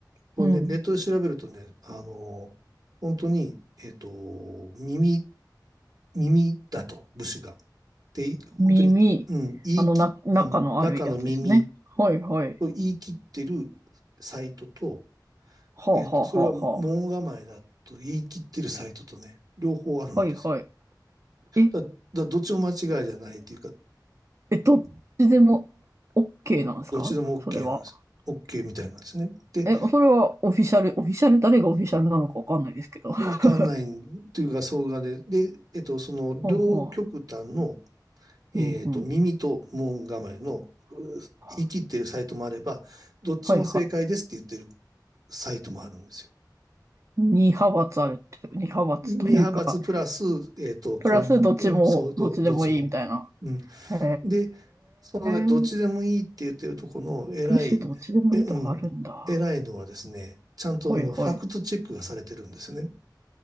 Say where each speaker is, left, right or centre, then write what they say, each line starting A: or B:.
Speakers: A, on the right (about 60°); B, on the right (about 40°).
A: これね、
B: うん。
A: ネットで調べるとね、あの、本当に、えっと、耳、耳だと、部首が。て本当に、
B: 耳。
A: うん、言い切、
B: あの、な、中のあるやつですね。
A: うん、中の耳
B: ほいほい。
A: と言い切ってるサイトと、
B: はあはあはあは
A: えっと、それは門構えだと言い切ってるサイトとね、両方あるんです
B: あ。はいはい。え、
A: よ。だ、だからどっちも間違いじゃないというか、
B: え、どっちでも OK なんですかそれは。
A: どっちでも OK なんです。OK みたいなんですね。で、
B: え、それはオフィシャル、オフィシャル、誰がオフィシャルなのかわかんないですけど。<laughs> は
A: わかんないというか、そうがで、で、えっと、その両極端の、
B: は
A: えっと、
B: ううんうん。
A: 耳と門構えのう言い切ってるサイトもあれば、
B: は
A: どっちも正解ですって言ってる
B: いはい。
A: サイトもあるんですよ。
B: 二派閥あるって、二派閥というか、
A: 二派閥プラス、えっと、こん、
B: プラスどっちも、
A: うんそう、ど、
B: どっちでもいいみたいな。
A: どっちも。うん。
B: へ
A: で、そのね、どっちでもいいって言ってるところの偉い、
B: え、武士どっちでもいいとかあるんだ。
A: え、うん、偉いのはですね、ちゃんとあの、
B: ほいほい。
A: ファクトチェックがされてるんですよね。